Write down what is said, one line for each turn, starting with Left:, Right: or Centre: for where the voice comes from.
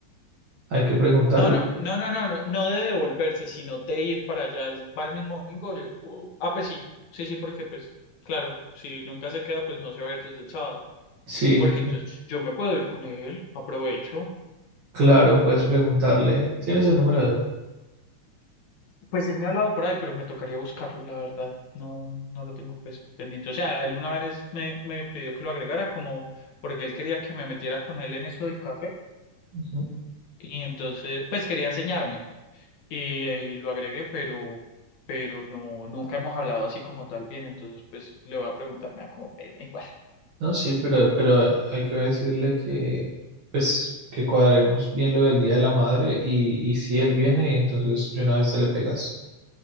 Right: Hay que preguntarle.
Left: No, no, no, no, no, no, no de devolverse, sino de ir para allá. Él va el mismo domingo. el- o- ah, pues sí, sí, sí, porque pues, claro, si nunca se queda, pues no se va a ir desde el sábado.
Right: Sí,
Left: Porque entonces yo me puedo ir con él, aprovecho.
Right: claro, puedes preguntarle. ¿Tienes el número
Left: Sí, no.
Right: de él?
Left: Pues él me ha hablado por ahí, pero me tocaría buscarlo, la verdad. No, no lo tengo pues pendiente. O sea, él una vez me, me pidió que lo agregara como porque él quería que me metiera con él en eso del café.
Right: Ujú.
Left: Y entonces, pues quería enseñarme. y, eh, lo agregué, pero, pero no, nunca hemos hablado así como tal bien, entonces pues le voy a preguntar, me da como pena <laughs> igual.
Right: No, sí, pero, pero hay que decirle que, pues, que cuadremos bien lo del Día de la Madre y, y si él viene, entonces de una vez te le pegas.